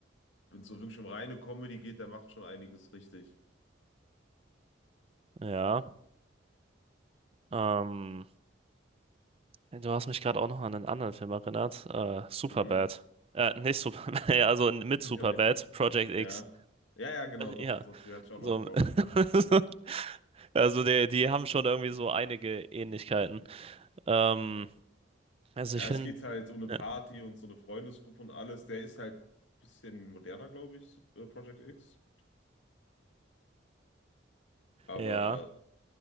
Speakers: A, on the left (about 80°); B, on the right (about 30°).
A: wenn es so wirklich um reine Comedy geht, der macht schon einiges richtig.
B: Ja. Ähm, du hast mich gerade auch noch an einen anderen Film erinnert. Äh, Superbad.
A: Mhm.
B: Äh, nicht Superbad, <laughs> ja, also mit
A: Junge.
B: Superbad, Project X.
A: Ja. Ja, ja, genau, doch,
B: Ja,
A: doch, doch. Die hatte ich auch
B: so.
A: noch im Kopf.
B: <laughs> Also die, die haben schon irgendwie so einige Ähnlichkeiten. Ähm, also
A: Ja,
B: ich finde,
A: es geht halt um eine
B: ja,
A: Party und so eine Freundesgruppe und alles. Der ist halt ein bisschen moderner, glaube ich, Su- äh, Project X. Aber
B: ja,